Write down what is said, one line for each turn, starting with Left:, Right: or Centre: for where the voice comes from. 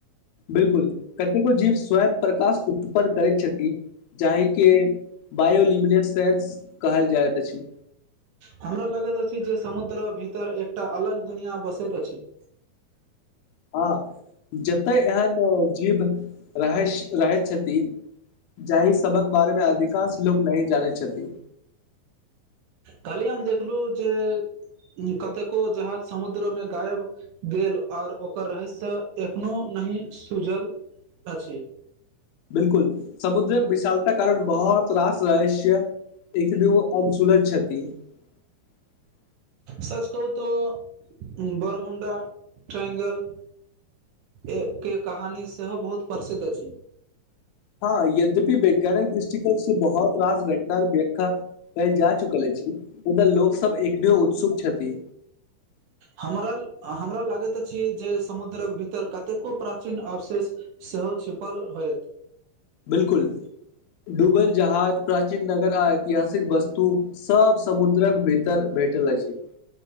Left: बिलकुल कतेको जीव स्वयं प्रकाश उत्पन्न करैत छथि जाहिके बायोलिमिनेट सेन्स कहल जाइत अछि
Right: हमरा लगैत अछि जे समुद्र भीतर एकटा अलग दुनिआँ बसैत अछि <inaudible>
Left: हँ जतय एहन जीव रहै रहै छथिन जाहि सबक बारेमे अधिकांश लोकोग नहि जानै छथिन
Right: कहलियी हम देखलहुँ जे कतेको जहाज समुद्रमे गायब गेल आर ओकर रहस्य एखनो नहि सुूजल अछि
Left: बिलकुल समुद्रक विशालता कारण बहुत रास रहस्य एक द ओ अंचुलज छति <unintelligible> <inaudible>
Right: सच कहू तऽ बरमुण्डा ट्राइ्ंगल एक के कहानी सेहो बहुत प्रसिद्ध अछी
Left: हँ यद्यपि वैज्ञानिक दृष्टिकोण से बहुत रास घटना वा कहल जा चुकल अछि मुदा लोक सब एकरे उत्सुक छथी
Right: हमरा हमरा लगैत अछि जे समुद्रक भीतर कतेको प्राचीन अवशेष सेहो छिपल होयत
Left: बिलकुल डुबल जहाज प्राचीन नगर आ ऐतिहासिक वस्तु सब समुद्रक भीतर भ भेटल छी